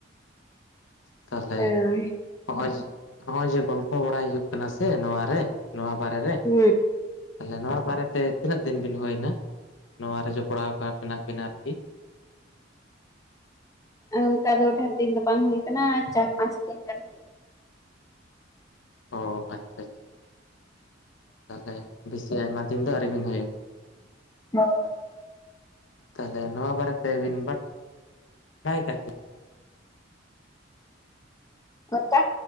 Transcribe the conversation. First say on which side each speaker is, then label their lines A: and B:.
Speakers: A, on the left; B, on the left.
A: ᱛᱟᱦᱚᱞᱮ
B: ᱦᱳᱭ
A: ᱦᱚᱸᱜ ᱦᱚᱸᱜᱚᱭ ᱡᱮ ᱜᱚᱞᱯᱚ ᱵᱟᱲᱟᱭ ᱦᱩᱭᱩᱜ ᱠᱟᱱᱟ ᱥᱮ ᱱᱚᱣᱟ ᱨᱮ ᱱᱚᱣᱟ ᱵᱟᱨᱮ ᱨᱮ ᱾
B: ᱦᱩᱸ ᱾
A: ᱛᱟᱦᱚᱞᱮ ᱱᱚᱣᱟ ᱵᱟᱨᱮᱛᱮ ᱛᱤᱱᱟᱹᱜ ᱫᱤᱱ ᱵᱤᱱ ᱦᱩᱭᱱᱟ? ᱱᱚᱣᱟ ᱨᱮ ᱡᱚᱯᱲᱟᱣ ᱠᱟᱜ ᱢᱮᱱᱟᱜ ᱵᱤᱱᱟ ᱟᱨᱠᱤ?
B: ᱚᱱᱠᱟ ᱫᱚ ᱰᱷᱮᱨ ᱫᱤᱱ ᱫᱚ ᱵᱟᱝ ᱦᱩᱭ ᱠᱟᱱᱟ ᱪᱟᱨ ᱯᱟᱸᱪ ᱫᱤᱱ ᱜᱟᱱ ᱾
A: ᱚ ᱟᱪᱪᱷᱟ ᱟᱪᱪᱷᱟ ᱛᱟᱦᱚᱞᱮ ᱵᱮᱥᱤ ᱟᱭᱢᱟ ᱫᱤᱱ ᱫᱚ ᱟᱹᱣᱨᱤᱵᱤᱱ ᱦᱩᱭᱩᱜᱼᱟ ᱾
B: <unintelligible>
A: ᱛᱟᱦᱚᱞᱮ ᱱᱚᱣᱟ ᱵᱟᱨᱮᱛᱮᱵᱤᱱ ᱵᱟᱲᱟᱭ ᱵᱟᱲᱟᱭ ᱠᱟᱜ ᱜᱮᱭᱟ ᱾
B: ᱚᱱᱠᱟ